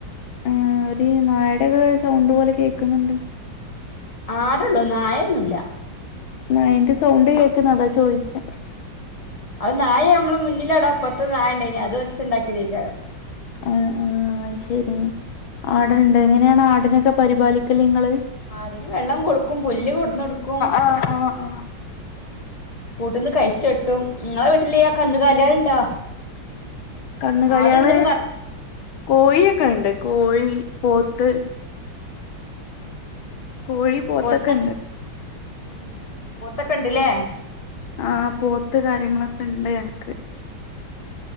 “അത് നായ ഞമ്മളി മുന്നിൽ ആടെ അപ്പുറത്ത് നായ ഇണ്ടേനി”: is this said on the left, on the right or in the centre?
Left